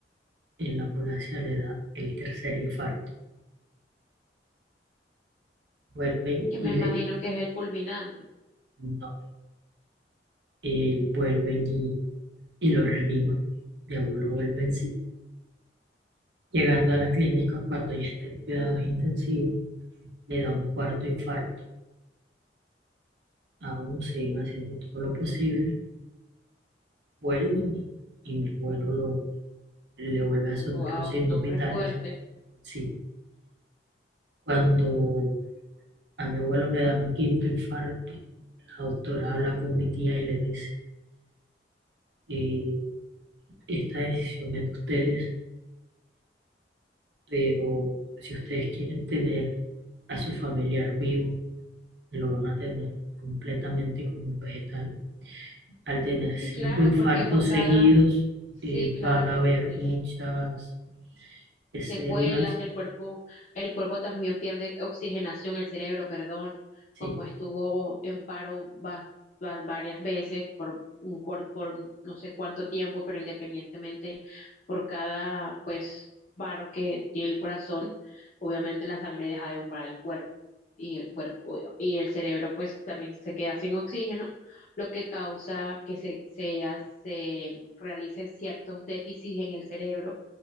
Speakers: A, on the right; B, on the left.
A: en la ambulancia le da el tercer infarto. Vuelven
B: Que me
A: y
B: imagino
A: de-
B: que es el fulminante.
A: no, él- vuelven y, y lo reaniman. Mi abuelo vuelve en sí. Llegando a la clínica, cuando ya está en cuidados intensivos, le da un cuarto infarto. Aún siguen haciendo todo lo posible, vuelven y, y mi abuelo lo, le vuelve a
B: Wow,
A: sonar los signos
B: nombre
A: vitales.
B: fuerte.
A: Sí, cuando a mi abuelo le dan un quinto infarto, la doctora habla con mi tía y le dice, eh, esta decisión es de ustedes, pero si ustedes quieren tener a su familiar vivo, lo van a tener completamente como un vegetal. Al tener
B: Sí,
A: cinco
B: claro,
A: infartos
B: porque por cada,
A: seguidos,
B: sí,
A: eh,
B: claro,
A: van a haber
B: eh,
A: muchas eh,
B: secuelas,
A: células.
B: el cuerpo, el cuerpo también pierde oxigenación, el cerebro, perdón,
A: Sí,
B: como estuvo en paro va- va- varias veces por un cor- por no sé cuánto tiempo, pero independientemente por cada pues paro que tiene el corazón, obviamente la sangre deja de umbrar el cuerpo y el cuerpo y el cerebro pues también se queda sin oxígeno, lo que causa que se, se, hace- realice ciertos déficits en el cerebro